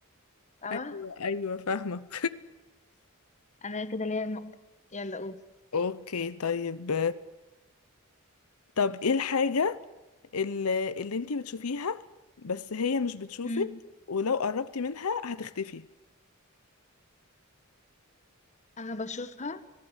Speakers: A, on the left; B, on the left.
A: فاهمة
B: أيوة أيوة فاهمة
A: أنا كده ليا نقطة يلا قول
B: <laughs> أوكي طيب طب إيه الحاجة اللي, اللي أنتي بتشوفيها بس هي مش بتشوفك
A: امم
B: ولو قربتي منها هتختفي
A: أنا بشوفها